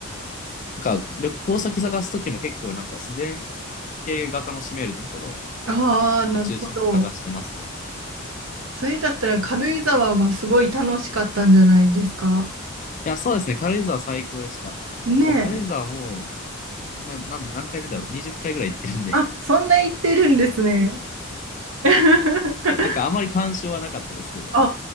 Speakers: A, on the left; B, on the right.
A: なんか旅行先探すときも結構なんか自然系が楽しめるところ
B: ああ、なるほど。
A: を中心に探してますね。
B: それだったら軽井沢はすごい楽しかったんじゃないですか。
A: いや、そうですね。軽井沢最高でした。
B: ねえ。
A: もう軽井沢もう、な、なん、何回目だろう ?20 回ぐらい行ってるんで。
B: あ、そんな言ってるんですね。<laughs>
A: <laughs> なんかあまり干渉はなかったですけど。
B: あ